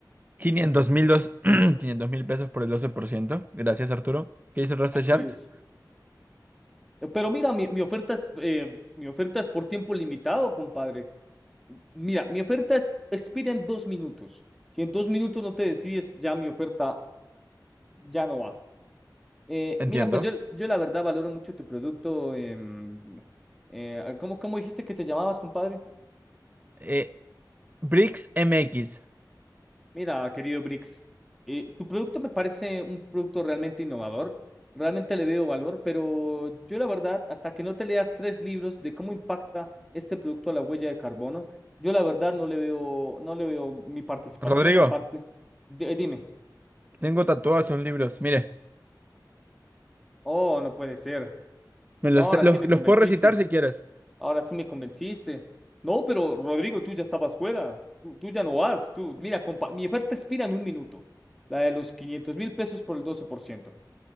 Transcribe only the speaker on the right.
Quinientos mil dos... <clears throat> quinientos mil pesos por el 12%. Gracias, Arturo. ¿Qué dice el resto
de Sharks?
Entiendo.
Eh, Bricks MX.
Rodrigo,
tengo tatuados esos libros. Mire,
me los,
los
los
puedo recitar si quieres.